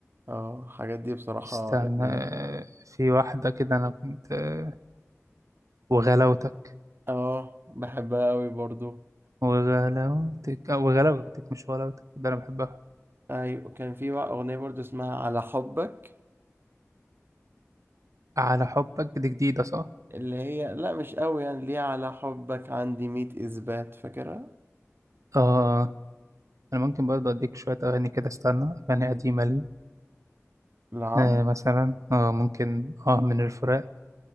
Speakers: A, on the right (about 45°); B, on the right (about 80°).
A: اه الحاجات دي بصراحة
B: استنى
A: يعني
B: آه، في واحدة كده أنا كنت آه، وغلاوتك
A: اه بحبها قوي برضو
B: وغلاوتك آه، وغلاوتك مش ولاوتك ده أنا بحبها
A: ايوه كان في بقى اغنية برضو اسمها على حبك
B: على حبك دي جديدة صح؟
A: اللي هي لا مش قوي يعني ليه على حبك عندي مية اثبات فاكرها
B: آه آه. أنا ممكن برضه أديك شوية أغاني كده استنى أغاني قديمة لي
A: نعم
B: آه مثلا آه ممكن آه من الفراق